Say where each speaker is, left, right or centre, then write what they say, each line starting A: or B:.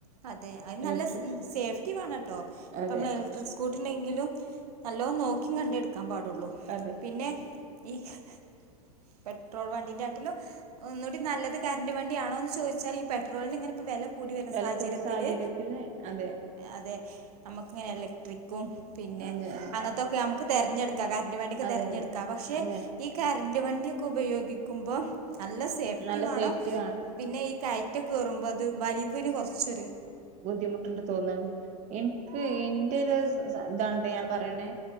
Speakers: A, on the right; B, on the right.
A: അതെ അയിന് നല്ല
B: ഇലക്ട്രിക്
A: സ് സേഫ്റ്റി വേണട്ടോ ഇപ്പമ്മള്
B: അതെ
A: എൽ ഡ്രെസ്സ് കോട്ട്ണ്ടെങ്കിലും നല്ലോ നോക്കി കണ്ടെ എടുക്കാൻ പാടുള്ളൂ
B: അതെ
A: പിന്നെ ഏഹ് പെട്രോൾ വണ്ടിൻ്റെ കാട്ടിലും ഒന്നൂടി നല്ലത് കറന്റ് വണ്ടിയാണോന്ന് ചോദിച്ചാല് ഈ പെട്രോളിന്റെ ഇങ്ങനെ ഇപ്പ വെല കൂടി വരുന്ന
B: വില
A: സാഹചര്യത്തില്
B: കൂടിയ സാഹചര്യത്തിൽ അതെ
A: അതെ നമ്മക്കിങ്ങനെ എലക്ട്രിക്കും പിന്നെ
B: അതെ
A: അങ്ങൻത്തൊക്കെ ഞമ്മക്ക് തെരഞ്ഞെടുക്കാം കറന്റ് വണ്ടിയൊക്കെ
B: അതെ
A: തെരഞ്ഞെടുക്കാം
B: അതെ
A: പക്ഷെ
B: അതെ
A: ഈ കറണ്ട് വണ്ടിയൊക്കെ ഉപയോഗിക്കുമ്പോ നല്ല സേഫ്റ്റി
B: നല്ല
A: വേണം
B: സേഫ്റ്റി
A: പിന്നെ ഈ കയറ്റ് കേറുമ്പോ ഇത് വലിവിന് കൊറച്ചൊരു
B: ബുദ്ധിമുട്ട്ണ്ട് തോന്നാണ് എനിക്ക് ഇന്റെ ഒരു സ് സ ഇതാണ്ട്ടാ ഞാൻ പറയണെ